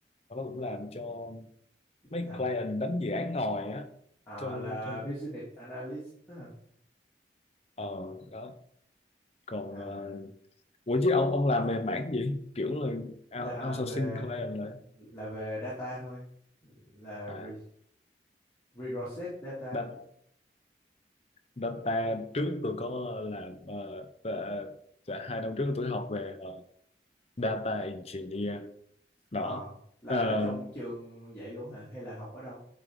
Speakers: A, on the left; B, on the left.
A: nó cũng làm
B: à,
A: cho mấy
B: làm
A: client đánh dự án ngồi á
B: à,
A: cho
B: là
A: cho
B: business analyst đó hả
A: ờ đó còn
B: à
A: ờ, ủa chứ ông ông làm về mảng gì kiểu là out-
B: là
A: outsourcing
B: về
A: client là
B: là về data thôi là
A: à
B: re, reset data
A: data, data trước tôi có làm ờ, và- và hai năm trước tôi học về ờ, data engineer
B: Ờ,
A: đó
B: là
A: Ờ,
B: ở trong trường vậy luôn hả hay là học ở đâu